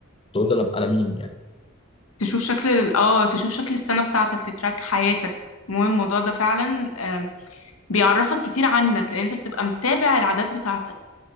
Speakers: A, on the left; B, on the left.
A: تقول لي انا انا مين يعني
B: تشوف شكل ال- اه تشوف شكل السنه بتاعتك تتراك حياتك المهم الموضوع ده فعلا آم، بيعرفك كتير عنك لان انت بتبقى متابع العادات بتاعتك